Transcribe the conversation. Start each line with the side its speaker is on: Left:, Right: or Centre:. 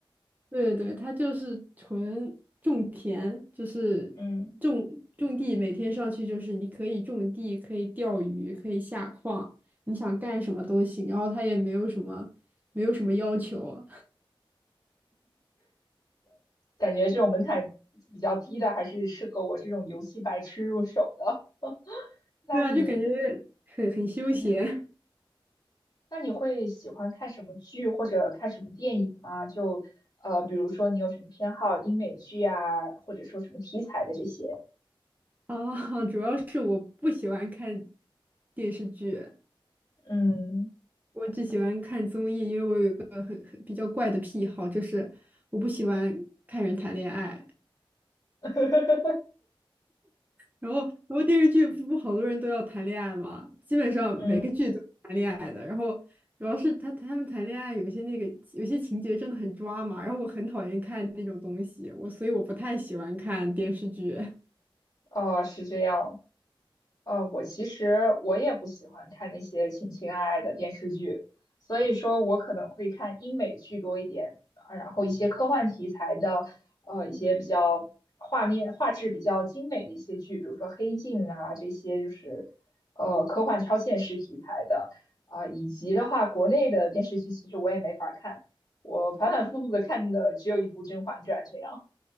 Right: 对对，对，他就是纯种田，就是种种地，
Left: 嗯，
Right: 每天上去就是你可以种地，可以钓鱼，可以下矿，你想干什么都行。然后他也没有什么没有什么要求，
Left: 感觉这种门槛比较低的还是适合我这种游戏白痴入手的，<laughs>
Right: <laughs>
Left: 那你？
Right: 对啊，就感觉很很休闲
Left: 嗯。那你会喜欢看什么剧或者看什么电影吗？就呃，比如说你有什么偏好，英美剧啊，或者说什么题材的这些？
Right: <laughs> 啊。主要是我不喜欢看电视剧，
Left: 嗯
Right: 我只喜欢看综艺，因为我有一个很很比较怪的癖好，就是我不喜欢看人谈恋爱。
Left: <laughs>
Right: 然后，然后电视剧不不好多人都要谈恋爱嘛，基本上每个剧都谈恋爱的。
Left: 嗯，
Right: 然后主要是他他们谈恋爱有些那个有些情节真的很抓马，然后我很讨厌看那种东西，我所以我不太喜欢看电视剧。
Left: 哦，是这样。呃，我其实我也不喜欢看那些情情爱爱的电视剧，所以说我可能会看英美剧多一点，啊，然后一些科幻题材的，呃，一些比较画面画质比较精美的一些剧，比如说《黑镜》啊这些，就是呃科幻超现实题材的，啊、以及的话国内的电视剧其实我也没法儿看，我反反复复的看的只有一部《甄嬛传》这样，